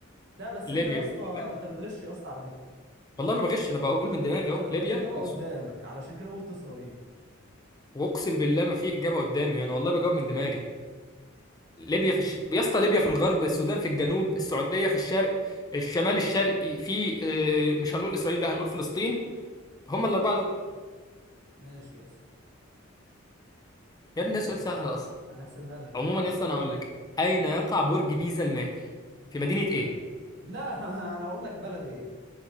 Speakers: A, on the right (about 60°); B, on the left (about 20°).
A: لا بس
B: ليبيا
A: انت يا اسطى
B: والسودان
A: انت بتغش يا اسطى على فكرة
B: والله ما بغش انا بقول من دماغي
A: انت
B: اهو
A: الإجابة
B: ليبيا والس-
A: قدامك علشان كده قلت إسرائيل
B: واقسم بالله ما في اجابه قدامي انا والله بجاوب من دماغي ليبيا في الش... يا اسطى ليبيا في الغرب السودان في الجنوب السعوديه في الشرق الشمال الشرقي في اه، مش هنقول اسرائيل بقى هنقول فلسطين هم الاربعه دول
A: ماشي يا اسطى خلاص
B: يا ابني ده سؤال
A: يا ابن
B: سهل
A: عم
B: اصلا
A: هنحسبها لك
B: عموما
A: يا ابن عم
B: يا اسطى انا هقول لك اين يقع برج بيزا المائل في مدينه ايه
A: آه. لا <laughs> انا هقول لك بلد ايه